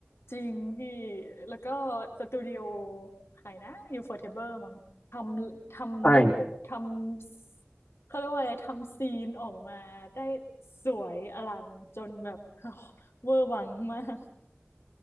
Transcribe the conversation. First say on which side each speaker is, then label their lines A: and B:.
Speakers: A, on the left; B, on the left.
A: จริงพี่แล้วก็สตูดิโอใครนะอยู่ฟอร์เทเบอร์มั้งทำทำรูปท
B: ใช่
A: ำเขาเรียกว่าอะไรทำซีนออกมาได้สวยอลังจนแบบ <laughs> เวอร์วังมาก